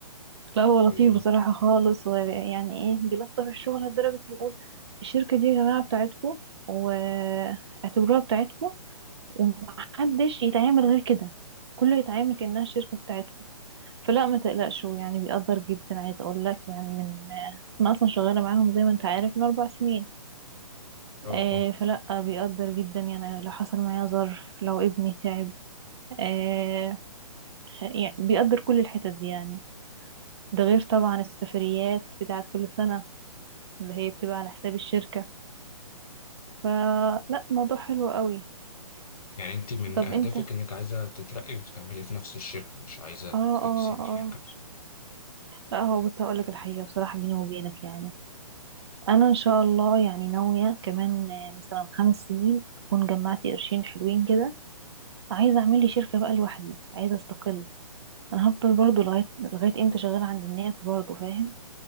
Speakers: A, on the right (about 45°); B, on the left (about 75°).
A: لا هو لطيف
B: اوكي
A: بصراحة خالص ويعني ايه بيلطف الشغل لدرجة يقول الشركة دي يا جماعة بتاعتكم واعتبروها بتاعتكم ومحدش يتعامل غير كده كله يتعامل كأنها شركة بتاعتكم فلا ما تقلقش هو يعني بيقدر جدا عايز اقول لك يعني من انا اصلا شغالة معاهم زي ما انت عارف من اربع سنين
B: اه
A: آه،
B: اه
A: فلا بيقدر جدا يعني لو حصل معايا ظرف لو ابني تعب آه، يعني بيقدر كل الحتت دي يعني ده غير طبعا السفريات بتاعت كل سنة اللي هي بتبقى على حساب الشركة فلا موضوع حلو قوي
B: يعني انت من
A: طب
B: اهدافك
A: انت اه
B: انك عايزه تترقي وتكملي في نفس الشركه مش عايزه
A: اه
B: ت- تسيبي
A: اه
B: الشركه بس
A: لا هو بص هقولك الحقيقة بصراحة بيني وبينك يعني انا ان شاء الله يعني ناوية كمان آه، مثلا خمس سنين اكون جمعت قرشين حلوين كده عايزة اعمل لي شركة بقى لوحدي عايزة استقل انا هفضل برضو لغاية لغاية امتى شغالة عند الناس برضو فاهم